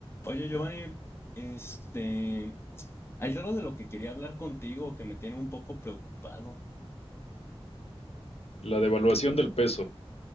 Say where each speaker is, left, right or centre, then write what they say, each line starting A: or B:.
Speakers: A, on the left (about 25°); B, on the left (about 80°).
A: Oye, Giovanni, este, hay algo de lo que quería hablar contigo que me tiene un poco preocupado.
B: La devaluación del peso.